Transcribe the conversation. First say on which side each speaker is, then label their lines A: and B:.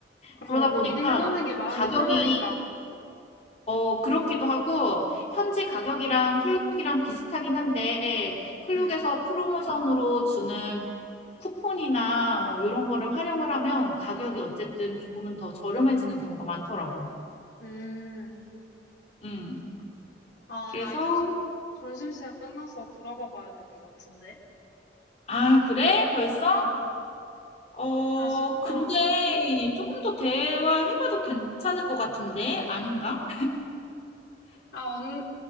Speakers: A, on the left; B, on the left.
A: 그리고
B: 그러다 보니까
A: 미리 해놓는 게 마음이
B: 가격이
A: 편하니까.
B: 어 그렇기도 하고 현지 가격이랑 클룩이랑 비슷하긴 한데 클룩에서
A: 음,
B: 프로모션으로 주는 쿠- 쿠폰이나 뭐 이런 거를 활용을 하면 가격이 어쨌든 조금은 더 저렴해지는 경우가 많더라고.
A: 음.
B: 음.
A: 아,
B: 그래서
A: 나 이제 저- 점심시간 끝나서 들어가 봐야 될 것 같은데.
B: 아, 그래? 벌써?
A: 응,
B: 어,
A: 아쉽다.
B: 근데 조금 더 대화해봐도 괜찮을 것 같은데? 아닌가?
A: 아, 언,